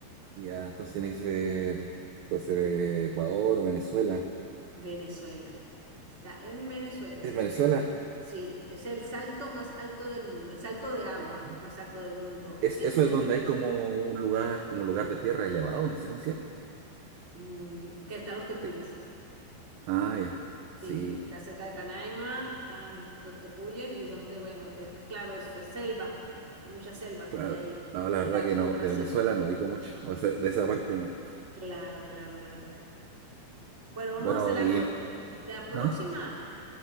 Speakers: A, on the right; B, on the right.
A: Ya, entonces tiene que ser, puede ser eh, Ecuador, Venezuela.
B: Venezuela. Está en Venezuela.
A: ¿Es Venezuela?
B: Sí, es el salto más alto del mundo, el salto de agua
A: Ah,
B: más alto del mundo,
A: ¿Es,
B: del
A: eso
B: mundo,
A: es donde hay como un lugar, como lugar de tierra elevado, no sé cómo se llama.
B: Mm, que están los tepuyes,
A: Eh, ah, ya. Sí,
B: sí, está cerca de Canaima, están los tepuyes y donde, bueno, es que claro, es, es selva, hay mucha selva
A: claro.
B: que hay ahí,
A: No,
B: que
A: la
B: está
A: verdad que
B: con
A: no,
B: Brasil,
A: de Venezuela no ubico mucho, o sea, de esa parte no.
B: claro, claro, claro. Bueno, vamos
A: Bueno,
B: a hacer algo,
A: y...
B: la próxima
A: ¿ah?